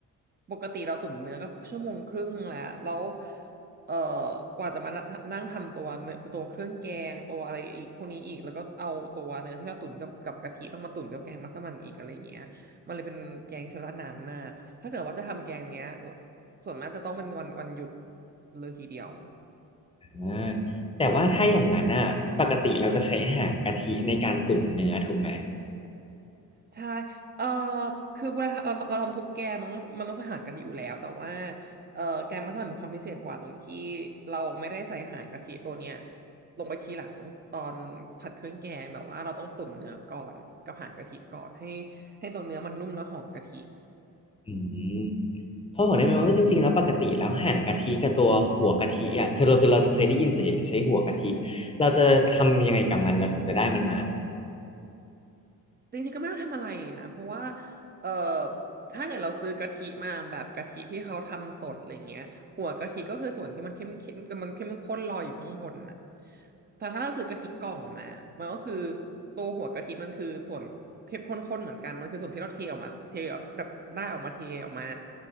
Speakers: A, on the right; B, on the left.
A: ปกติเราตุ๋นเนื้อก็ชั่วโมงครึ่งแล้วแล้วเออกว่าจะมานั่งทำตัวเนื้อตัวเครื่องแกงตัวอะไรอีกพวกนี้อีกแล้วก็เอาตัวเนื้อที่เราตุ๋นกับกับกะทิต้องมาตุ๋นกับแกงมัสมั่นอีกอะไรอย่างเงี้ยมันเลยเป็นแกงใช้เวลานานมากถ้าเกิดว่าจะทำแกงเนี้ยส่วนมากจะต้องเป็นวันวันหยุดเลยทีเดียว
B: อ่าแต่ว่าถ้าอย่างนั้นอะปกติเราจะใช้หางกะทิในการตุ๋นเนื้อถูกไหม
A: ใช่เออคือเวลาเราเราทำทุกแกงมันต้องมันต้องใส่หางกะทิอยู่แล้วแต่ว่าเออแกงมัสมั่นมีความพิเศษกว่าตรงที่เราไม่ได้ใส่หางกะทิตัวเนี้ยลงไปทีหลังตอนผัดเครื่องแกงแบบว่าเราต้องตุ๋นเนื้อก่อนกับหางกะทิก่อนให้ให้ตัวเนื้อมันนุ่มแล้วหอมกะทิ
B: อืมพ่อบอกได้ไหมว่าจริงๆแล้วปกติแล้วหั่นกะทิกับตัวหัวกะทิอ่ะคือเราคือเราจะเคยได้ยินส่วนใหญ่จะใช้หัวกะทิเราจะทำยังไงกับมันเราถึงจะได้มันมาหรอ
A: จริงๆก็ไม่ต้องทำอะไรนะเพราะว่าเอ่อถ้าเกิดเราซื้อกะทิมาแบบกะทิที่เขาทำสดอะไรเงี้ยหัวกะทิก็คือส่วนที่มันเข้มเข้มมันเข้มข้นลอยอยู่ข้างบนน่ะแต่ถ้าเราซื้อกะทิกล่องมามันก็คือตัวหัวกะทิมันคือส่วนเข้มข้นๆเหมือนกันมันคือส่วนที่เราเทออกมาเทออกแบบได้ออกมาเทออกมา